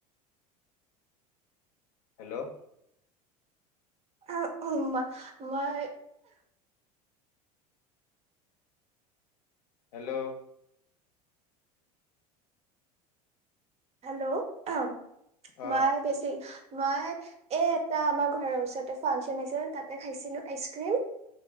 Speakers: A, on the left; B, on the right.
A: হেল্ল'
B: আহ উ মই
A: হেল্ল'
B: হেল্ল' অম
A: অ
B: মায়ে বেছি মই এ এটা আমাৰ ঘৰৰ ওচৰতে ফাংচন আছিল তাতে খাইছিলো আইচ ক্ৰীম